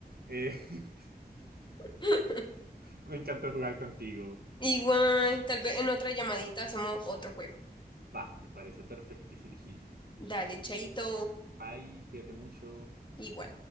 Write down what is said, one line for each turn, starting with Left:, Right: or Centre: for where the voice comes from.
Right: Eh, <laughs>
Left: <laughs>
Right: Me encantó jugar contigo.
Left: Igual, tal vez en otra llamadita hacemos otro juego.
Right: Va, me parece perfectirijillo.
Left: Dale, chaito,
Right: Bye, cuídate mucho.
Left: igual.